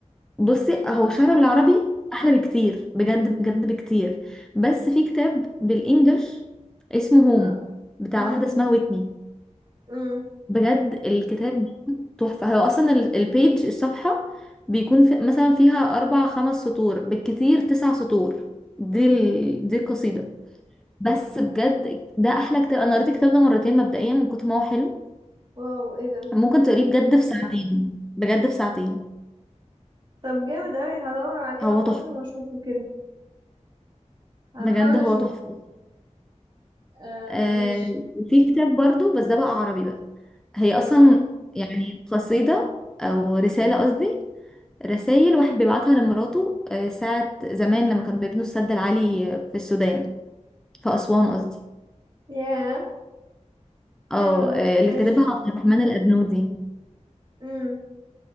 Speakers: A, in the centre; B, on the right.
A: بصي هو شعر بالعربي أحلى بكتير بجد بجد بكتير بس في كتاب بالإنجلش اسمه هوم
B: اه
A: بتاع
B: امم
A: واحدة اسمها ويتني
B: امم
A: بجد الكتاب بيكون تحفة هو أصلا ال- البيج الصفحة بيكون في مثلا فيها أربع خمس سطور بالكتير تسع سطور دي
B: امم
A: ال... دي القصيدة بس بجد ده أحلى كتاب أنا قريت الكتاب ده مرتين مبدئيا من كتر ما هو حلو
B: واو ايه ده
A: ممكن تقريه بجد في ساعتين بجد في ساعتين
B: طب جامد اوي هدور عليه
A: هو
B: عامة
A: تحفة
B: واشوفه كده هحاول
A: بجد هو
B: اشوفه
A: تحفة
B: آه
A: آه
B: مش
A: وفي كتاب برضو بس ده بقى عربي بقى هي
B: اه
A: أصلا يعني قصيدة أو رسالة قصدي رسائل واحد بيبعتها لمراته آه، ساعة زمان لما كانوا بيبنوا السد العالي في السودان في أسوان قصدي
B: ياه
A: اه
B: حلو ده
A: آه، اللي
B: مش
A: كاتبها عبد الرحمن الأبنودي
B: امم